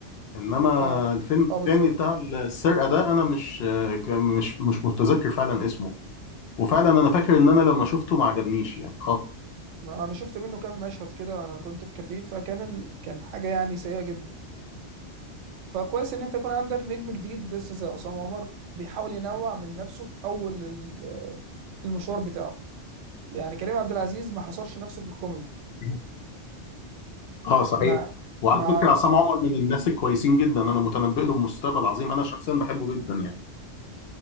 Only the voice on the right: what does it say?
اه
اه آه،
بالظبط
ما انا شفت منه كام مشهد كده انا كنت في كافيه فكان ال... كان حاجه يعني سيئه جدا فكويس ان انت يكون عندك نجم جديد لسه زي عصام عمر بيحاول ينوع من نفسه في اول ال- المشوار بتاعه يعني كريم عبد العزيز ما حصرش نفسه في الكوميدي
ما
ما